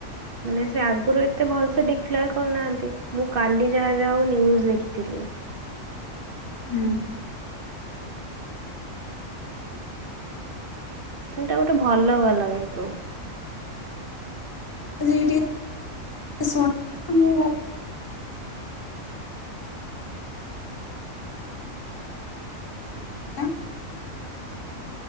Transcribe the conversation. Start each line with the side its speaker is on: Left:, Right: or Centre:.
Right: ମାନେ ସେ ଆଗରୁ ଏତେ ଭଲ ସେ ଡିକଲାର କରିନାହାନ୍ତି। ମୁଁ କାଲି ଯାହା ଯାହା ହଉ ନ୍ୟୁଜ ଦେଖିଥିଲି। <unintelligible>
Left: <unintelligible>
Right: ଏଇଟା ଗୋଟେ ଭଲ କଲା କିନ୍ତୁ।
Left: ସେଇଠି <unintelligible> ମୁଁ <unintelligible>